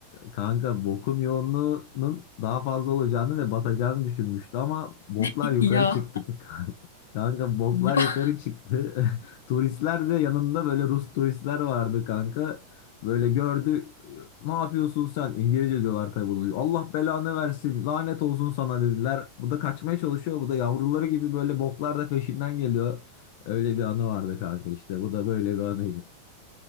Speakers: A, on the left; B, on the left.
A: Kanka bokun yoğunluğunun daha fazla olacağını ve batacağını düşünmüştü ama boklar
B: <laughs>
A: yukarı
B: Ya.
A: çıktı. <laughs> Kanka boklar
B: Ya
A: yukarı çıktı. <laughs> Turistler de yanında böyle Rus turistler vardı kanka. Böyle gördü. Ne yapıyorsun sen? İngilizce diyorlar tabii bunu. Allah belanı versin. Lanet olsun sana dediler. Bu da kaçmaya çalışıyor. Bu da yavruları gibi böyle boklar da peşinden geliyor. Öyle bir anı vardı kanka işte. Bu da böyle bir anıydı.